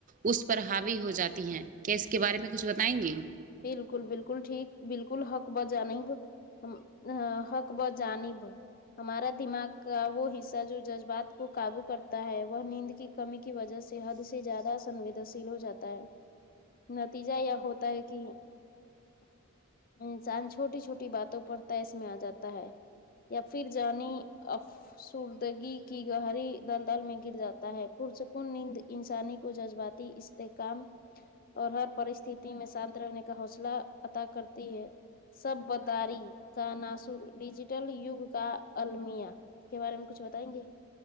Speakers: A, on the right (about 40°); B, on the left (about 45°).
A: اس پر حاوی ہو جاتی ہیں کیا اس کے بارے میں کچھ بتائیں گی
B: بالکل بالکل ٹھیک بالکل حق بہ جانب ہم ح حق بہ جانب ہمارا دماغ کا وہ حصہ جو جذبات کو قابو کرتا ہے وہ نیند کی کمی کی وجہ سے حد سے زیادہ سنویدنشیل ہو جاتا ہے نتیجہ یہ ہوتا ہے کہ کہ انسان چھوٹی چھوٹی باتوں پر تیس میں آ جاتا ہے یا پھر جرنی آف سوردگی کی گہری دلدل میں گر جاتا ہے پرسکون نیند انسانی کو جذباتی اس استحکام اور ہر پرستتی میں شانت رہنے کا حوصلہ عطا کرتی ہے سب بداری کا ناصر ڈیجیٹل یوگ کا المیہ کے بارے میں کچھ بتائیں گے